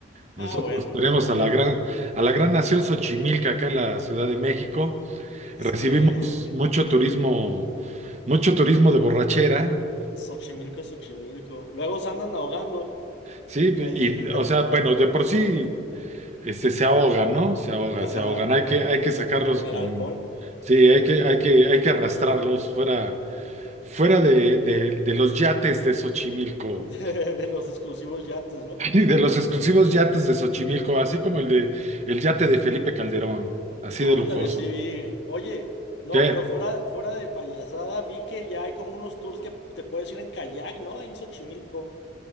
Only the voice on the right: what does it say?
Nosotros
tenemos
a
la gran, a la gran nación Xochimilca acá en la Ciudad de México.
Recibimos
mucho turismo, mucho turismo de borrachera,
¿sí?
Y, o
sea, bueno, de por sí, este, se ahogan, ¿no? Se ahogan,
se ahogan. Hay que, hay que sacarlos
con,
sí, hay que, hay que, hay que arrastrarlos fuera, fuera de, de de los yates de Xochimilco.
Y de los exclusivos yates de Xochimilco, así como el de el yate de Felipe Calderón, así
de lujoso.
¿Qué?